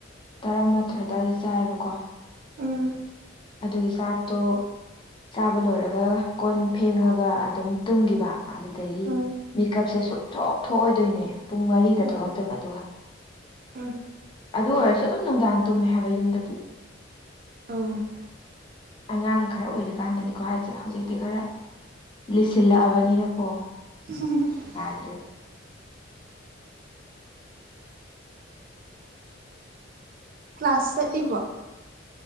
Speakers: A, on the left; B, on the right.
A: ꯇꯔꯥꯃꯥꯊꯣꯏ ꯑꯗ꯭ꯋꯥꯏꯗ ꯆꯥꯏꯌꯦꯕꯀꯣ
B: ꯎꯝ
A: ꯑꯗꯨꯒꯤ ꯆꯥꯛꯇꯣ ꯆꯥꯕ ꯂꯣꯏꯔꯒ ꯀꯣꯟ ꯐꯦꯡꯉꯒ ꯑꯗꯨꯝ ꯇꯨꯝꯈꯤꯕ ꯑꯗꯨꯗꯒꯤ
B: ꯎꯝ
A: ꯃꯦꯀꯞꯁꯦ ꯁꯨꯛꯊꯣꯛ ꯊꯣꯛꯑꯣꯏꯗꯣꯏꯅꯦ ꯄꯨꯡ ꯃꯔꯤꯗ
B: ꯎꯝ
A: ꯊꯣꯛꯂꯛꯇꯣꯏꯕ ꯑꯗꯨꯒ
B: ꯎꯝ
A: ꯑꯗꯨ ꯑꯣꯏꯔꯁꯨ ꯑꯗꯨꯝ ꯅꯨꯡꯗꯥꯡ ꯇꯨꯝꯃꯦ ꯍꯥꯏꯕ ꯌꯨꯝꯗꯗꯤ
B: <unintelligible>
A: ꯑꯉꯥꯡ ꯈꯔ ꯑꯣꯏꯔꯤꯀꯥꯟꯗꯅꯤꯀꯣ ꯍꯥꯏꯁꯦ ꯍꯧꯖꯤꯛꯇꯤ ꯈꯔ ꯂꯤꯁꯤꯜꯂꯛꯑꯕꯅꯤꯅꯀꯣ
B: <inaudible>
A: ꯇꯔꯤ
B: ꯀ꯭ꯂꯥꯁ ꯆꯠꯂꯤꯕꯣ